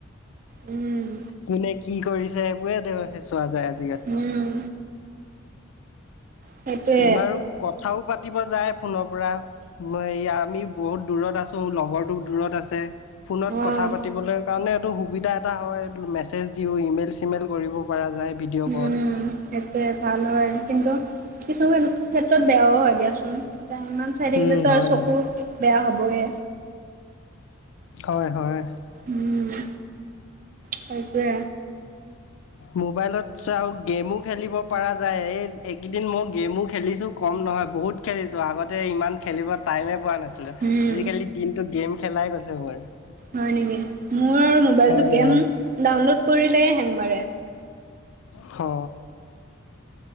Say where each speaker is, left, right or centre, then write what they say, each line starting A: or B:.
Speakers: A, on the right; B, on the left.
A: উম।
B: কোনে কি কৰিছে সেইবোৰে তেঁওলোকে চোৱা যায় আজি
A: উম। সেইটোৱে
B: বাৰু কথাও পাতিব যায় ফোনৰ পৰা। এ আমি বহুত দূৰত আছো লগৰটো দূৰত আছে, ফোনত
A: অ',
B: কথা পাতিবলে কাৰণে এইটো সুবিধা এটা হয়। মেছেজ দিওঁ, ইমেইল-চিমেইল কৰিব পৰা যায়। ভিডিঅ'
A: উম,
B: কল
A: সেইটোৱে ভাল হয় কিন্তু কিছুমান ক্ষেত্ৰত বেয়াও হয় দিয়াচোন। ইমান চাই থাকিলেটো
B: উম
A: আৰু
B: হয়
A: চকু
B: হয়
A: বেয়া হ'বই।
B: হয়, হয়।
A: উম, সেইটোৱে।
B: মোবাইলত চাও, গেমো খেলিব পৰা যায়। এই এইকেইদিন মই গেমো খেলিছোঁ। কম নহয় বহুত খেলিছো। আগতে ইমান খেলিব টাইমে পোৱা নাছিল
A: উম,
B: আজি-কালি দিনটোত গেম খেলাই গৈছে মোৰ।
A: হয় নেকি? মোৰ মবাইলটোত
B: হয়
A: গেম
B: হয়
A: ডাউনলোড কৰিলেই হেং মাৰে।
B: হঅ।